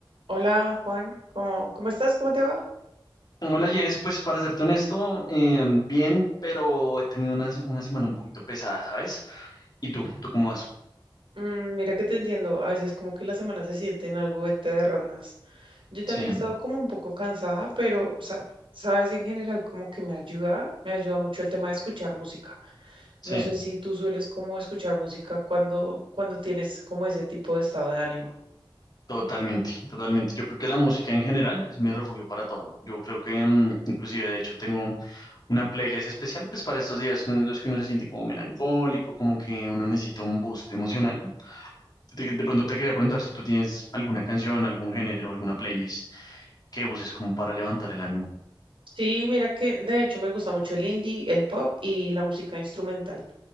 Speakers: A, on the right (about 80°); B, on the left (about 50°).
A: Hola Juan, ¿cómo, cómo estás? ¿Cómo te va?
B: Hola Jess, pues para serte honesto, eh, bien, pero he tenido una, se- una semana un poquito pesada, ¿sabes? ¿Y tú? ¿Tú cómo vas?
A: Mm, mira que te entiendo, a veces como que las semanas se sienten algo eternas. Yo también
B: Sí,
A: he estado como un poco cansada, pero sa- sabes, en general como que me ayuda, me ayuda mucho el tema de escuchar música.
B: sí,
A: No sé si tú sueles como escuchar música cuando, cuando tienes como ese tipo de estado de ánimo.
B: totalmente, totalmente. Yo creo que la música en general es mi refugio para todo. Yo creo que mm, inclusive de hecho tengo una playlist especial pues para estos días en los que uno se siente como melancólico, como que uno necesita un boost emocional. De, de pronto te quería preguntar si tú tienes alguna canción, algún género, alguna playlist que uses como para levantar el ánimo.
A: Sí, mira que de hecho me gusta mucho el indie, el pop y la música instrumental.